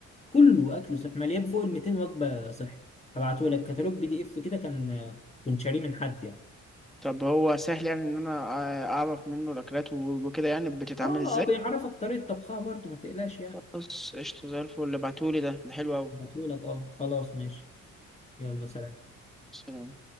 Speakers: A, on the left; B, in the centre.
A: كله أكل صحي مليان فوق ال 200 وجبة صحي هبعته لك كتالوج بي دي إف كده كان آه، كنت شاريه من حد يعني
B: طب هو سهل يعني ان انا آه، اعرف منه الاكلات و- وكده يعني بتتعمل
A: آه
B: ازاي
A: آه بيعرفك طريقة طبخها برضو ما تقلقش يعني
B: خلاص قشطه زي الفل اللي بعتولي ده ده حلو قوي
A: هبعته لك آه خلاص ماشي يلا سلام
B: سلام